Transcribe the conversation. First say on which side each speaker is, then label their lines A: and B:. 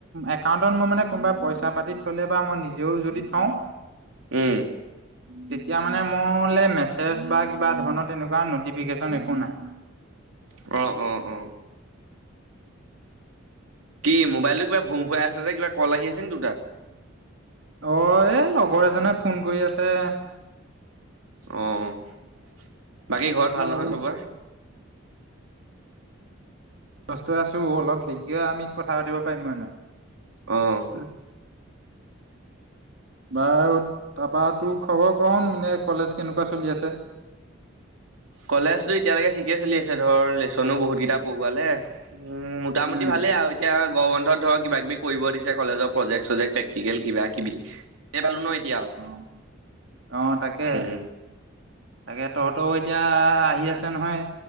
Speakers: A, on the right; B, on the right.
A: একাউণ্টত মই মানে কোনোবাই পইচা পাতি থলে বা মই নিজেও যদি থওঁ
B: উম।
A: তেতিয়া মানে মোলো মেছেজ বা কিবা ধৰনৰ তেনকুৱা ন'টিফিকেশ্যন একো নাই।
B: অ' অ'। অ কি মোবাইলটো কিবা ভো ভোৱাই আছে যে কিবা কল আহি আছে নেকি তোৰ তাত?
A: অ এ লগৰ এজনে ফোন কৰি আছে।
B: অ' বাকী ঘৰত
A: মই
B: ভাল নহয়
A: বোলো
B: চবৰে?
A: বস্তু আছো অলপ দেৰিকে আমি কথা পাতিব পাৰিম হয় নহয়?
B: অঁ।
A: <unintelligible> বাৰু তাৰপৰা তোৰ খবৰ কচোন মানে কলেজ কেনেকুৱা চলি আছে?
B: কলেজতো এতিয়ালৈকে ঠিকে চলি আছে ধৰ লেচনো বহুত কেইটা পঢ়োৱালে উ মোটামুটি
A: উম
B: ভালে আও এতিয়া গৰম বন্ধত ধৰক কিবা কিবি কৰিব দিছে কলেজৰ প্ৰজেক্ট চজেক্ট প্ৰেক্টিকেল কিবা কিবি। এই পালোঁ ন এতিয়া আৰু
A: অ অ তাকে
B: উম।
A: তাকে তহঁতও এতিয়া আহি আছে নহয়